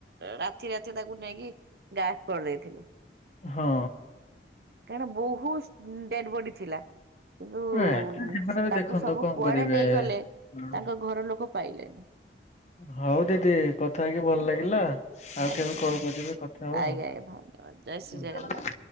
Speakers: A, on the right; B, on the left.
A: ରାତି ରାତି ତାକୁ ନେଇକି ଗ୍ୟାପ କରିଦେଇଥିବ।
B: ହଁ।
A: କାରଣ ବହୁତୁ ଡେଡ୍‌ ବଡି ଥିଲା। କିନ୍ତୁ
B: ଆକ୍ଚୁଆଲି ସେମାନେ
A: ସେ
B: ବି
A: ତାକୁ
B: ଦେଖନ୍ତୁ
A: ସବୁ
B: କଣ
A: କୁଆଡେ
B: କରିବେ।
A: ନେଇଗଲେ
B: ହଁ
A: ତାଙ୍କ ଘର ଲୋକ ପାଇଲେନି।
B: ହଉ ଦିଦି କଥା ହେଇକି ଭଲ ଲାଗିଲା।
A: ଥ୍ୟାଙ୍କ
B: ଆଉ କେବେ
A: ୟୁ
B: କଲ
A: ଭାଇ
B: କରିବେ କଥା ହବା
A: ଆଜ୍ଞା
B: ଆଉ।
A: ଆଜ୍ଞା ଧନ୍ୟବାଦ ଜୟ ଶ୍ରୀ ଜଗନ୍ନାଥ।